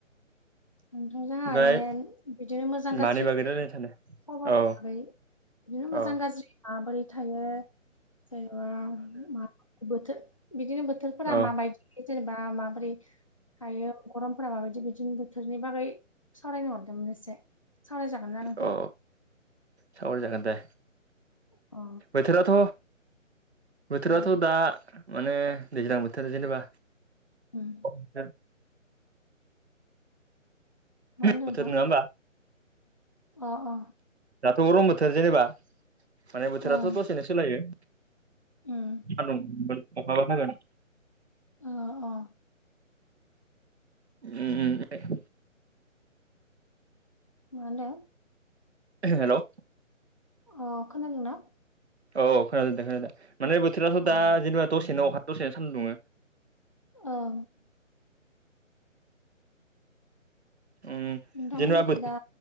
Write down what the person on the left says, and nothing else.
नोंथांजों
माने बिदिनो मोजां गा
खबर
हिसाबै बिदिनो मोजां
गाज्रि माबोरै थायो जेनेबा मा बोथोर बिदिनो बोथोर फोरा
माबायदि जेनेबा माबोरै हायो गरमफोरा माबायदि बिदिनो बोरनि बागै सावरायनो हरदोंमोन एसे। सावनाय जागोन ना? नोंथां?
अ
उम
उम
मा होनदों
नोंथां?
अ-अ
ओं
उम
ओ अ
मानो
अ खोनादोंना?
अ ओं
ओ औ
नोंथांमोननिखि
दा